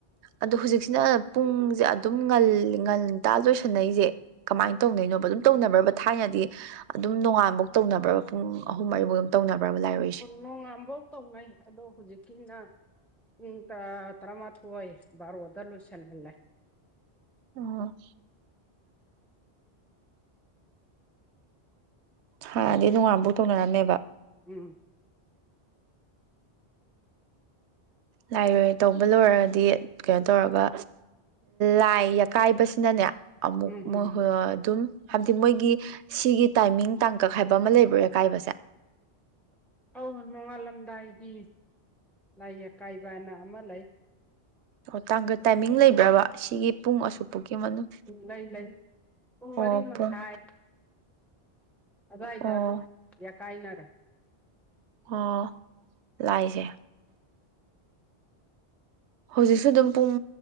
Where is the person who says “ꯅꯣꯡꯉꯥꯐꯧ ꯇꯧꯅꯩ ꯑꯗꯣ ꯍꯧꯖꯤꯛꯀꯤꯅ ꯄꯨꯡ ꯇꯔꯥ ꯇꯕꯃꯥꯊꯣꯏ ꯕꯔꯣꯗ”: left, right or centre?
Centre